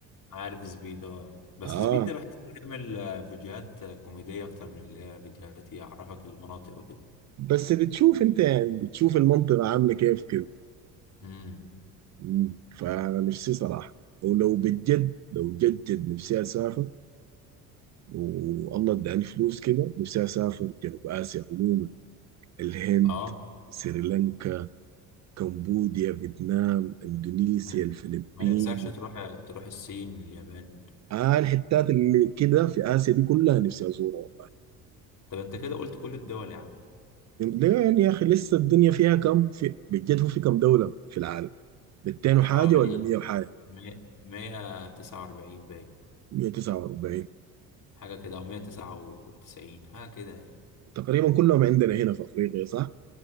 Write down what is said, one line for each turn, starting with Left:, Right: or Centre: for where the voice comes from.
Left: عارف سبيد اه بس
Right: اه
Left: سبيد ده بحس بيعمل آه، فيديوهات آه، كوميدية أكتر من اللي هي فيديوهات يعرفك المناطق وكده
Right: بس بتشوف انت يعني بتشوف المنطقة عاملة كيف كده
Left: امم
Right: مم. فانا نفسي صراحة ولو بجد لو جد جد نفسي اسافر والله اداني فلوس كده نفسي اسافر جنوب اسيا عموما الهند
Left: اه
Right: سريلانكا كمبوديا فيتنام اندونيسيا
Left: ما
Right: الفلبين
Left: ما نفسكش تروح تروح الصين اليابان
Right: آه الحتات اللي كده في آسيا دي كلها نفسي أزورها
Left: طب أنت كده قلت كل الدول يا عم
Right: ده يعني يا اخي لسه الدنيا فيها كم في بجد هو في كم دولة في العالم 200
Left: في
Right: وحاجة
Left: حوالي
Right: ولا 100 وحاجة
Left: 100 149 باين
Right: 149
Left: حاجة كده أو 199 حاجة كده يعني
Right: تقريبا كلهم عندنا هنا في افريقيا صح